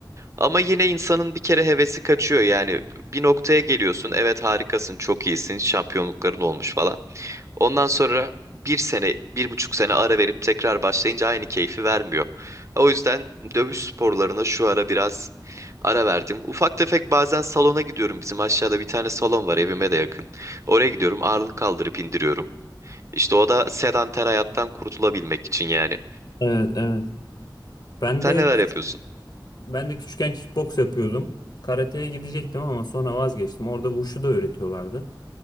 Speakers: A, on the right; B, on the left.
A: Ama yine insanın bir kere hevesi kaçıyor yani. Bir noktaya geliyorsun evet harikasın çok iyisin şampiyonlukların olmuş falan. Ondan sonra bir sene, bir buçuk sene ara verip tekrar başlayınca aynı keyfi vermiyor. O yüzden dövüş sporlarına şu ara biraz ara verdim. Ufak tefek bazen salona gidiyorum. Bizim aşağıda bir tane salon var evime de yakın. Oraya gidiyorum ağırlık kaldırıp indiriyorum. İşte o da sedanter hayattan kurtulabilmek için yani.
B: Evet, evet. Ben
A: Sen
B: de
A: neler
B: küçük,
A: yapıyorsun?
B: ben de küçükken kickbox yapıyordum. Karateye gidecektim ama sonra vazgeçtim. Orada wushu da öğretiyorlardı.